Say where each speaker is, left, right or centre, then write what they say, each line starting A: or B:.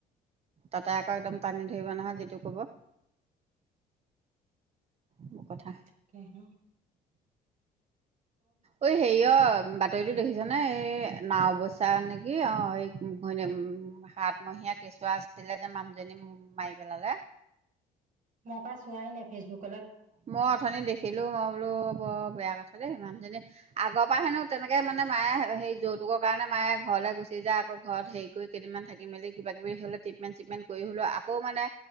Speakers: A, on the right; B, on the right.
A: তাতে আকৌ একদম টানি ধৰিব নহয় যিটো কব। মোৰ কথা
B: থাকে ন
A: অই, হেৰিয়- বাতৰিতো দেখিছানে এই নাও অৱস্যা নেকি অ, এই ঘৈণী উ হাতমহীয়া কেঁচুৱা আছিলে যে মানুহজনী মাৰি পেলালে
B: মই কহ চোৱাই নাই ফেচবুক
A: মই অথনি দেখিলো মই বোলো বৰ বেয়া কথা দেই ইমান জনে আগৰ পৰা হেনো তেনেকে মানে মায়ে সে যৌতুকৰ কাৰণে মায়ে ঘৰলৈ গুচি যায় আকৌ ঘৰত হেৰি কৰি কেইদিনমান থাকি মেলি কিবা কিবি হলে ট্ৰিটমেণ্ট চিটমেণ্ট কৰি হ'লেও আকৌ মানে